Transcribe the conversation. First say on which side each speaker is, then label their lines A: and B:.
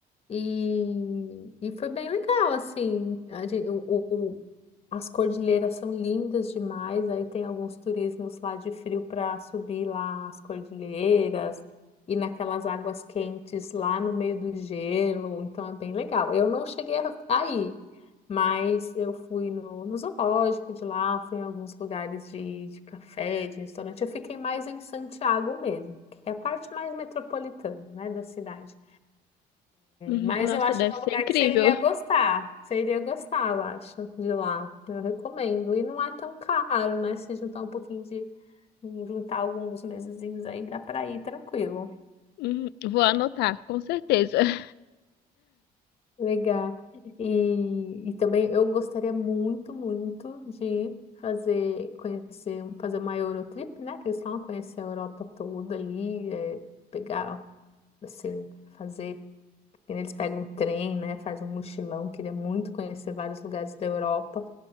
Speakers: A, on the left; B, on the left.
A: e, e foi bem legal, assim. A gente, o, o- as cordilheiras são lindas demais. Aí tem alguns turismos lá de frio para subir lá as cordilheiras e naquelas águas quentes lá no meio do gelo. Então é bem legal. Eu não cheguei a- aí, mas eu fui no, no zoológico de lá, fui em alguns lugares de, de café, de restaurante. Eu fiquei mais em Santiago mesmo, que é a parte mais metropolitana, né, da cidade.
B: uhum.
A: Mas
B: Nossa,
A: eu acho
B: deve
A: que é um
B: ser
A: lugar
B: incrível.
A: que você iria gostar. Você iria gostar, eu acho, de lá. Eu recomendo. E não é tão caro, né? Se juntar um pouquinho de. Juntar alguns mesezinhos aí, dá pra ir tranquilo.
B: Uhum, Vou anotar, com certeza. <laughs>
A: Legal. E, e também eu gostaria muito, muito de fazer, conhecer, fazer uma Eurotrip, né? Que eles falam conhecer a Europa toda ali, é, pegar, assim, fazer. Eles pegam um trem, né? Faz um mochilão. Queria muito conhecer vários lugares da Europa.